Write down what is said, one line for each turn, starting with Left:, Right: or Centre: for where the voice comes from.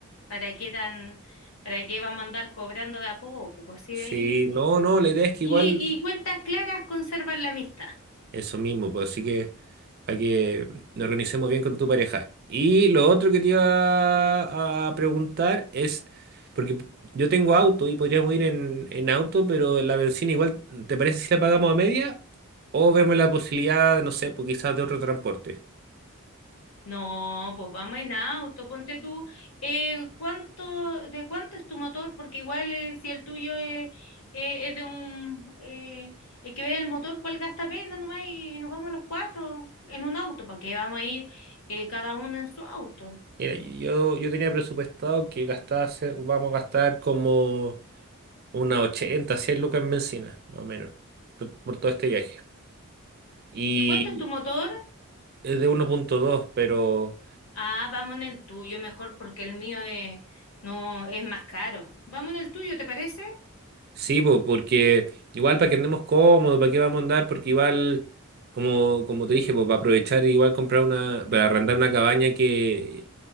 Left: ¿Para qué tan, para qué vamos a andar cobrando de a poco? Pues sí,
Right: Sí,
Left: de ahí.
Right: no, no, la idea es que
Left: Y,
Right: igual
Left: y cuentas claras conservan la amistad.
Right: Eso mismo, pues así que para que nos organicemos bien con tu pareja. Y lo otro que te iba a preguntar es, porque yo tengo auto y podríamos ir en, en auto, pero la bencina igual, ¿te parece si la pagamos a media? ¿O vemos la posibilidad, de, no sé, pues quizás de otro transporte?
Left: No, pues vamos en auto, ponte tú, eh, ¿cuánto, de cuánto es tu motor? Porque igual eh, si el tuyo es, eh, es de un, eh, hay que ver el motor cuál gasta menos nomás y, nos vamos los cuatro en un auto, ¿para qué vamos a ir eh, cada uno en su auto?
Right: Mira, yo, yo tenía presupuestado que gastase, vamos a gastar como unas 80 100 lucas en bencina, más o menos, por por todo este viaje. Y
Left: ¿De cuánto es tu motor?
Right: es de uno punto dos pero...
Left: Ah, vamos en el tuyo mejor porque el mío es, no, es más caro. Vamos en el tuyo, ¿te parece?
Right: Sí, po, porque igual para que andemos cómodos, para qué vamos a andar, porque igual, como, como te dije, pues para aprovechar, igual comprar una, para arrendar una cabaña que,